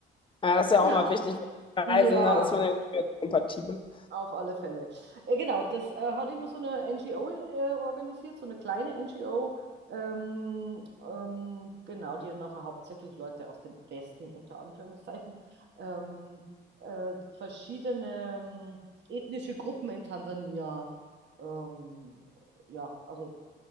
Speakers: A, on the left; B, on the right.
A: Ja, das ist ja
B: Genau.
A: auch immer wichtig, weil
B: Ja,
A: Reisen, da ist man ja nicht mehr so kompatibel.
B: auf alle Fälle. Äh, genau, das äh, hat immer so eine NGO äh, organisiert, so eine kleine NGO. Ähm, ähm, genau, die nachher hauptsächlich Leute aus dem Westen, unter Anführungszeichen, ähm, äh, verschiedene ähm, ethnische Gruppen in Tansania ähm, ja, also